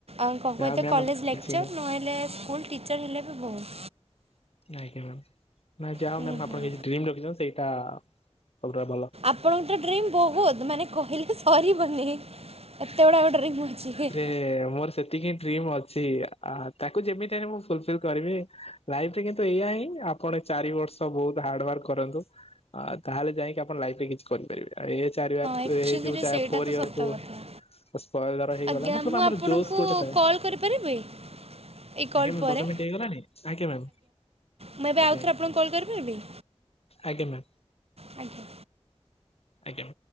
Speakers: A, on the right; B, on the left.
A: ଆଉ କବତ୍
B: ଯାହା ମ୍ୟାମ୍
A: କଲେଜ
B: ଆପଣ
A: ଲେକ୍ଚର୍
B: ବୁଝିଲୁ।
A: ନହେଲେ ସ୍କୁଲ୍ ଟିଚର୍ ହେଲେ ବି ବହୁତ।
B: ନାଇଁ ଆଜ୍ଞା ମେମ୍ ନାଇଁ ଯାହା
A: ହୁଁ
B: ହୋଊ ମ୍ୟାମ
A: ହୁଁ
B: ଆପଣ କିଚି ଡ୍ରିମି ରଖିଚନ୍ତି ସେଇଟା ସବୁଠୁରୁ ଭଲ।
A: ଆପଣଙ୍କ ତ ଡ୍ରିମ୍ ବହୁତ ମାନେ କହିଲେ ତ ସରିବନି ଏତେ ଗୁଡ଼ାକ ଡ୍ରିମ୍ ମିଳୁଛି।
B: ଏ ମୋର ସେତିକି ଡ୍ରିମ ଅଛି ଆ ତାକୁ ଯେମିତି ହେଲ୍ ମୁଁ ଫୁଲଫିଲ୍ କରିବି। ଲାଇଫ ରେ କିନ୍ତୁ ଏଇଆ ହିଁ ଆପଣ ଚାରି ବର୍ଷ ବହୁତ ହାର୍ଡୱାର୍କ କରନ୍ତୁ। ଅ ତାହେଲେ ଯାଇକି ଆପଣ ଲାଇଫରେ କିଛି କରିପାରିବେ ଆଉ ଏ ଚାରି ୱାର
A: ଆକ୍ଚୁଆଲିରେ
B: ଏଇଯୋଉ ଚାର୍
A: ସେଇଟା
B: ଫୋର୍
A: ତ
B: ଇୟର୍
A: ସତ
B: କୁ
A: କଥା।
B: ସ୍ପଏ ଧର ହେଇଗଲା
A: ଆଜ୍ଞା
B: ମତ୍ ଲବ୍
A: ମୁଁ
B: ଆମର
A: ଆପଣଙ୍କୁ
B: ଜୋସ୍ ଗୋଟେ ଥାଏ।
A: କଲ୍ କରିପାରିବି ଏଇ କଲ୍
B: ଆଜ୍ଞା ମେମ
A: ପରେ
B: ଦଶ ମିନିଟ୍ ହେଇଗଲାଣି ଆଜ୍ଞା ମ୍ୟାମ୍।
A: ମୁଁ ଏବେ
B: ଆଜ୍ଞା
A: ଆଉଥରେ ଆପଣଙ୍କୁ କଲ୍ କରିପାରିବି?
B: ଆଜ୍ଞା ମ୍ୟାମ୍।
A: ଆଜ୍ଞା।
B: ଆଜ୍ଞା।